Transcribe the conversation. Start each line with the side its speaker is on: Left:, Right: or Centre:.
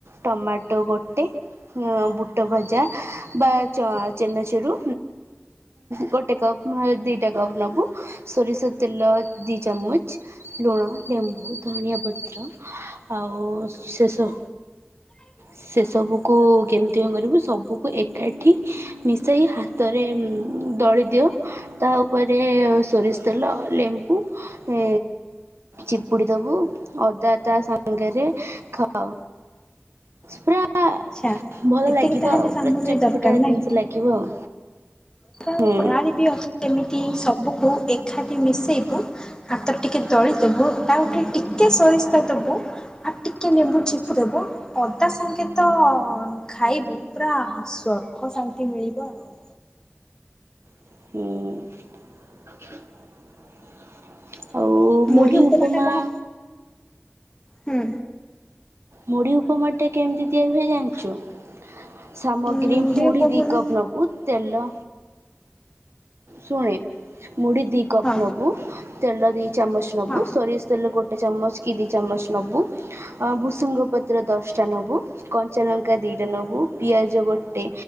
Right: ଟମାଟୋ ଗଟେ ବୁଟ ଭଜା ବା ଚ ଚେନାଚେରୁ ଗୋଟେ କପ୍ ନୁହେଁଦୁଇଟା କପ୍ ନେବୁ ସୋରିଷ ତେଲ ଦୁଇ ଚାମଚ ଲୁଣ ଲେମ୍ବୁ ଧନିଆ ପତ୍ର ଆଉ ଶେଷ
Left: <unintelligible>
Right: ସେସବୁକୁ କେମିତି କଣ କରିବୁ ସବୁକୁ ଏକାଠି ମିଶାଇ ହାତରେ ଦଳି ଦିଅ ତା ଉପରେ ସୋରିଷ ତେଲ ଲେମ୍ବୁ ଉ ଚିପୁଡ଼ି ଦେବୁ ଅଦା ତା ସାଙ୍ଗରେ ଖାଅ ପୁରା
Left: ଆଛା
Right: ଭଲ
Left: ଏତିକି
Right: ଲାଗିବ
Left: ତାହେଲେ
Right: ଆଉ
Left: ସାମଗ୍ରୀ
Right: ପୁରା ଚଟପଟା
Left: ଦରକାର ନାଇଁ
Right: ଜିନିଷ ଲାଗିବ ଆଉ।
Left: ହଁ
Right: ହୁଁ।
Left: ପରାଣି ବି ଅଛି ଏମିତି ସବୁକୁ ଏକାଠି ମିଶେଇବୁ ହାତରେ ଟିକେ ଦଳିଦବୁ ତା ଉପରେ ଟିକେ ସୋ ପରିସ୍ ତବୁ ଆଉ ଟିକେ ଲେମ୍ବୁ ଚିପୁ ଦେବୁ ଅଦା ସାଙ୍ଗେ ତ ଖାଇବୁ ପୁରା ସ୍ୱା ସର୍କ ଶାନ୍ତି ମିଳିବ ଆଉ
Right: ହୁଁ ଆଉ
Left: ମୁଢ଼ି ଉପରଟା
Right: ଉପମା
Left: କହ ହୁଁ
Right: ମୁଢି ଉପମା ଟା କେମିତି ତିଆରି ହୁଏ ଜାଣିଛୁ ସାମଗ୍ରୀ
Left: ହୁଁ ଟିକେ
Right: ମୁଢି
Left: କହୁନୁ?
Right: ଦୁଇ କପ୍ ନେବୁ ତେଲ ଶୁଣେ ମୁଢି ଦି କପ୍
Left: ହଁ।
Right: ନେବୁ ତେଲ ଦିଇ ଚାମଚ ନେବୁ
Left: ହଁ
Right: ସୋରିଷ ତେଲ ଗୋଟେ ଚାମଚ କି ଦି ଚାମଚ ନବୁ ଆ ବୁସ ପଦ୍ର ଦଶଟା ନେବୁ କଞ୍ଚା ଲଙ୍କା ଦୁଇଟା ନେବୁ ପିଆଜ ଗୋଟେ